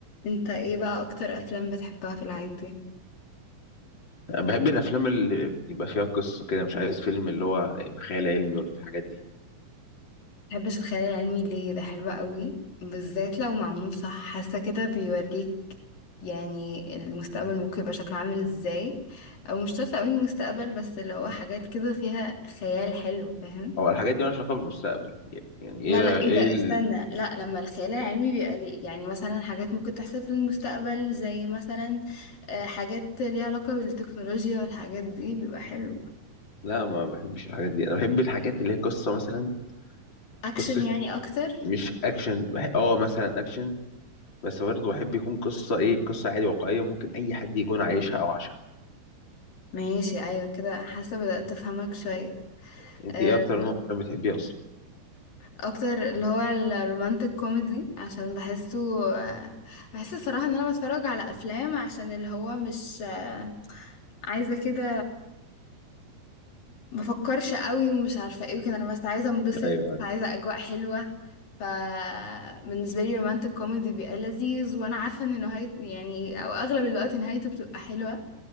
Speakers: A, on the left; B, on the left.
A: انت ايه بقى اكتر افلام بتحبها في العادي
B: أنا بحب الافلام اللي يبقى فيها قصه كده مش عايز فيلم اللي هو يبقى خيال علمي ولا الحاجات دي
A: مبحبش الخيال العلمي ليه ده حلو قوي بالذات لو معمول صح حاسه كده بيوريك يعني المستقبل ممكن يبقى شكله عامل ازاي او مش شرط قوي المستقبل بس اللي هو حاجات كده فيها خيال حلو فاهم
B: او الحاجات دي مالهاش علاقه بالمستقبل يعني ايه
A: لا لا ايه
B: ايه
A: ده
B: ال...
A: استنى لا لما الخيال العلمي بيبقى ليه يعني مثلا حاجات ممكن تحصل في المستقبل زي مثلا آه، حاجات ليها علاقه بالتكنولوجيا والحاجات دي بيبقى حلو
B: لا ما بحبش الحاجات دي انا بحب الحاجات اللي هي قصه مثلا
A: اكشن
B: قصه
A: يعني اكتر
B: مش اكشن بح- اه مثلا اكشن بس برضه بحب يكون قصه ايه قصه عادي واقعيه ممكن اي حد يكون عايشها او عاشها
A: ماشي ايوه كده حاسه بدأت افهمك شويه
B: انت
A: آه،
B: ايه اكتر نوع فيلم بتحبيه اصلا
A: اكتر اللي هو الرومانتك كوميدي عشان بحسه آه، بحس الصراحه ان انا بتفرج على افلام عشان اللي هو مش آه، عايزه كده بفكرش قوي ومش عارفه ايه وكده انا بس عايزه انبسط
B: ايوه
A: عايزه اجواء حلوه فبالنسبه لي رومانتك كوميدي بيبقى لذيذ وانا عارفه ان نهايه يعني او اغلب الوقت نهايته بتبقى حلوه